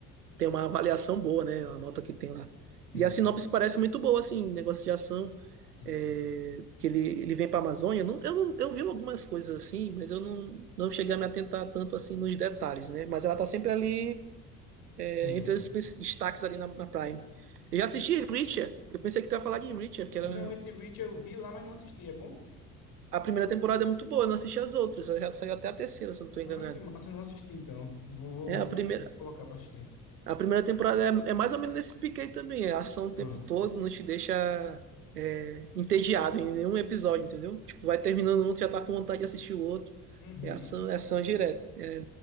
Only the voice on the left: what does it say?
É,
isso.
É.
Não, esse Reach eu vi lá, mas não assisti. É bom?
Ah,
que massa, eu não assisti então. Vou, vou,
vou,
vou colocar pra assistir.
Ah.
Uhum.